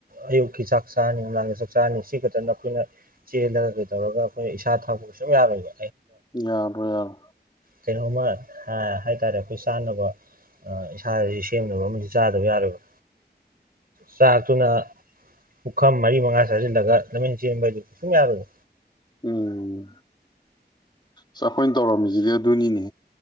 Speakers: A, on the right; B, on the left.
A: ꯑꯌꯨꯛꯀꯤ ꯆꯥꯛ ꯆꯥꯅꯤꯗꯥꯥꯡ ꯆꯆꯥ ꯁꯤ ꯈꯛꯇꯅ ꯑꯩꯈꯣꯏꯅ ꯆꯦꯜꯂꯒ ꯑꯗꯨ ꯇꯧꯔꯒ ꯑꯩꯈꯣꯏ ꯏꯁꯥ ꯊꯛꯕꯁꯨ ꯁꯨꯝ ꯌꯥꯔꯣꯏꯅꯦ
B: ꯌꯥꯗꯣꯏ ꯌꯥꯔ
A: ꯀꯩꯅꯣꯝꯃ ꯍꯥꯏꯇꯥꯔꯦ ꯑꯩꯈꯣꯏ ꯆꯥꯅꯕ ꯏꯁꯥꯁꯤ ꯁꯦꯝꯅꯕ ꯑꯃ ꯆꯥꯗꯕ ꯌꯥꯔꯣꯏꯕ ꯆꯥꯛꯇꯨꯅ ꯄꯨꯈꯝ ꯃꯔꯤ ꯃꯉꯥ ꯆꯥꯁꯤꯜꯂꯒ ꯂꯝꯃꯤꯦꯟ ꯆꯦꯟꯕ ꯍꯥꯏꯗꯨ ꯀꯩ ꯁꯨꯝ ꯌꯥꯔꯣꯏ
B: ꯎꯝ ꯆꯈꯣꯏꯅ ꯇꯧꯔꯝꯖꯤꯗꯤ ꯙꯨꯅꯤꯅꯤ